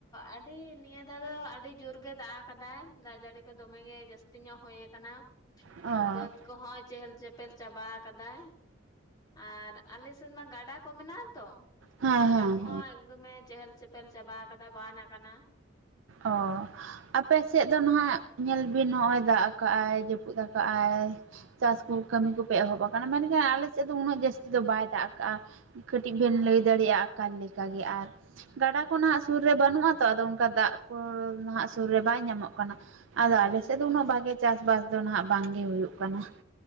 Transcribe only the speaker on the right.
ᱚ ᱦᱮᱸ
ᱦᱮᱸ
ᱦᱮᱸ
ᱚ ᱟᱯᱮ ᱥᱮᱫ ᱫᱚ ᱱᱟᱦᱟᱜ ᱧᱮᱞ ᱵᱤᱱ ᱱᱚᱜᱼᱚᱭ ᱫᱟᱜ ᱠᱟᱜᱼᱟᱭ ᱡᱟᱹᱯᱩᱫ ᱟᱠᱟᱜ ᱟᱭ ᱪᱟᱥ
ᱠᱚ ᱠᱟᱹᱢᱤ ᱠᱚᱯᱮ ᱮᱦᱚᱵ ᱟᱠᱟᱱᱟ <unintelligible> ᱟᱞᱮ ᱥᱮᱫ ᱫᱚ ᱩᱱᱟᱹᱜ ᱡᱟᱹᱥᱛᱤ ᱫᱚ ᱵᱟᱭ ᱫᱟᱜ ᱠᱟᱜᱼᱟ ᱠᱟᱹᱴᱤᱡ ᱵᱮᱱ
ᱞᱟᱹᱭ ᱫᱟᱲᱮᱭᱟᱜᱼᱟ ᱚᱠᱟ ᱞᱮᱠᱟᱜᱮ ᱟᱨ ᱜᱟᱰᱟ ᱠᱚ ᱱᱟᱜ ᱥᱩᱨ ᱨᱮ ᱵᱟᱹᱱᱩᱜ ᱟᱛᱚ ᱟᱫᱚ ᱚᱱᱠᱟ ᱫᱟᱜ <unintelligible> ᱱᱟᱦᱟᱜ ᱥᱩᱨ ᱨᱮ ᱵᱟᱭ ᱧᱟᱢᱚᱜ ᱠᱟᱱᱟ ᱟᱫᱚ ᱟᱞᱮᱥᱮᱫ
ᱫᱚ ᱩᱱᱟᱹᱜ ᱵᱷᱟᱜᱮ ᱪᱟᱥᱵᱟᱥ ᱫᱚ ᱱᱟᱦᱟᱜ ᱵᱟᱝ ᱜᱮ ᱦᱩᱭᱩᱜ ᱠᱟᱱᱟ